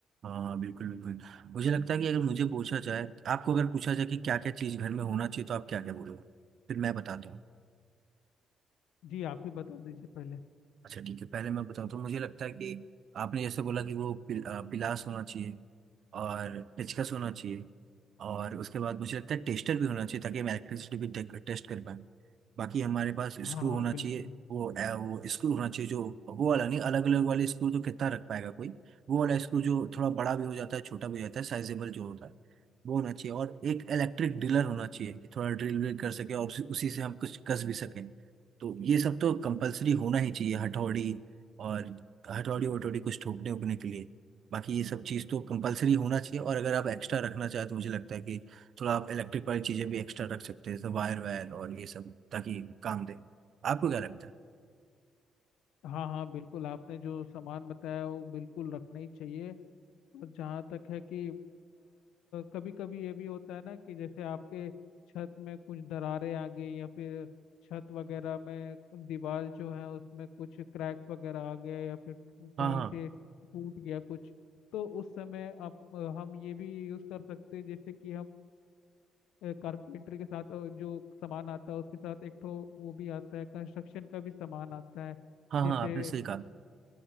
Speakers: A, on the right; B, on the left.
A: हाँ बिल्कुल बिल्कुल मुझे लगता है कि अगर मुझे पूछा जाए आपको अगर पूछा जाए कि क्या क्या चीज़ घर में होना चाहिए तो आप क्या क्या बोलोगे फिर मैं बताता हूँ
B: जी आप ही बता दीजिए पहले
A: अच्छा ठीक है पहले मैं बताऊँ तो मुझे लगता है कि आपने जैसे बोला कि वो पिल, अ, पिलास होना चाहिए और पेचकस होना चाहिए और उसके बाद मुझे लगता है टेस्टर भी होना चाहिए ताकि हम इलेक्ट्रिसिटी भी टेस्ट कर पाए बाकी हमारे पास
B: हाँ
A: स्क्रू
B: हाँ
A: होना
B: बिल्कुल
A: चाहिए
B: बिल्कुल।
A: वो अ, वो स्क्रू होना चाहिए जो वो वाला नहीं अलग अलग वाले स्क्रू तो कितना रख पाएगा कोई वो वाला स्क्रू जो थोड़ा बड़ा भी हो जाता है छोटा भी हो जाता है साइजेबल जो होता है वो होना चाहिए और एक इलेक्ट्रिक ड्रिलर होना चाहिए कि थोड़ा ड्रिल व्रिल कर सके और उसी उसी से हम कुछ कस भी सकें तो ये सब तो कंपलसरी होना ही चाहिए हथौड़ी और हथौड़ी वटौड़ी कुछ ठोकने उकने के लिए बाकी ये सब चीज़ तो कंपलसरी होना चाहिए और अगर आप एक्स्ट्रा रखना चाहें तो मुझे लगता है कि थोड़ा आप इलेक्ट्रिक वाली चीज़ें भी एक्स्ट्रा रख सकते हैं जैसे वायर वायर और ये सब ताकि काम दे आपको क्या लगता है
B: हाँ हाँ बिल्कुल आपने जो सामान बताया वो बिल्कुल रखना ही चाहिए और जहाँ तक है कि कभी कभी ये भी होता है ना कि जैसे आपके छत में कुछ दरारें आ गई या फिर छत वगैरह में दीवार जो है उसमें कुछ क्रैक्स वगैरह आ गए या फिर कहीं
A: हाँ हाँ
B: से टूट गया कुछ तो उस समय आप हम ये भी यूज कर सकते हैं जैसे कि हम कारपेंटर के साथ अ, जो सामान आता है उसके साथ एक ठो वो भी आता है कंस्ट्रक्शन का भी सामान आता है
A: हाँ
B: जैसे
A: हाँ आपने सही
B: अ,
A: कहा